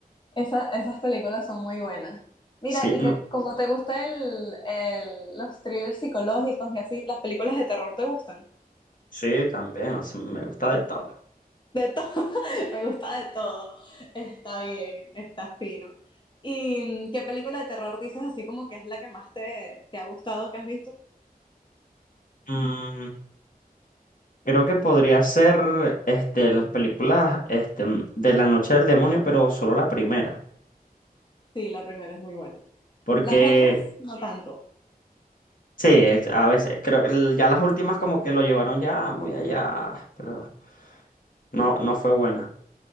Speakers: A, on the left; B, on the left.
A: Esa- esas películas son muy buenas. Mira,
B: Sí,
A: y
B: no,
A: que como te gustan el, el- los thrillers psicológicos y así, las películas de terror te gustan.
B: sí, también, o sea, me gusta de todo.
A: De todo, <laughs> me gusta de todo. Está bien, está fino. ¿Y mm, qué película de terror dices así como que es la que más te, te ha gustado que has visto?
B: Mm, Creo que podría ser este, las películas este, de La Noche del Demonio, pero solo la primera.
A: Sí, la primera es muy buena.
B: Porque
A: Las otras no tanto.
B: sí, ex- a veces creo que el- ya las últimas como que lo llevaron ya muy allá, pero no, no fue buena.